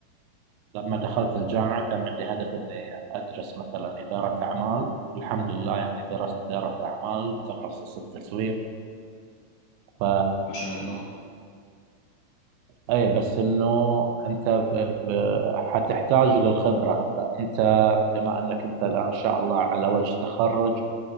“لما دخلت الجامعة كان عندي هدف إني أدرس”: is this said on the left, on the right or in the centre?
Right